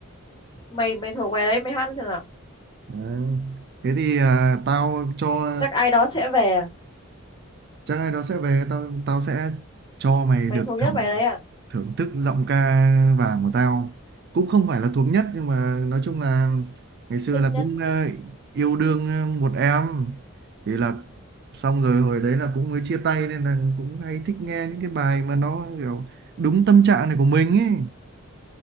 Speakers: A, on the left; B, on the right.
A: mày mày thuộc bài đấy mày hát đi xem nào
B: à, thế thì à, tao cho
A: chắc ai đó sẽ về à?
B: chắc ai đó sẽ về tao tao sẽ cho mày
A: mày
B: được
A: thuộc nhất bài đấy à
B: thưởng thức giọng ca vàng của tao cũng không phải là thuộc nhất nhưng mà nói chung là ngày xưa
A: thích
B: là
A: nhất
B: cũng ờ, yêu đương ờ, một em thì là xong rồi hồi đấy là cũng mới chia tay nên là cũng hay thích nghe những cái bài mà nó kiểu đúng tâm trạng này của mình ấy